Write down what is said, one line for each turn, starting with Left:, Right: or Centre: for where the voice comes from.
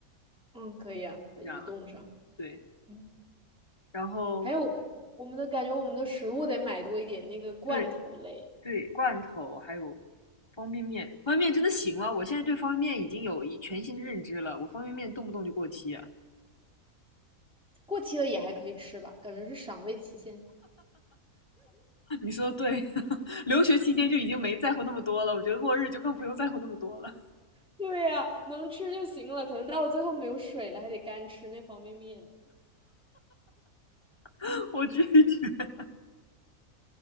Centre: 嗯，可以啊，把鱼冻上。
Left: 你这样吧，对，
Centre: 嗯，
Left: 然后
Centre: 还有我们的感觉，我们的食物得买多一点，那个罐头类，
Left: 对对，罐头还有方便面，方便面真的行吗？我现在对方便面已经有一全新的认知了，我方便面动不动就过期啊。
Centre: 过期了也还可以吃吧，感觉是赏味期限。
Left: <laughs> 你说的对，<laughs> 留学期间就已经没在乎那么多了，我觉得末日就更不用在乎那么多了。
Centre: 对呀，能吃就行了，可能到最后没有水了，还得干吃那方便面呢，
Left: <laughs> 我拒绝。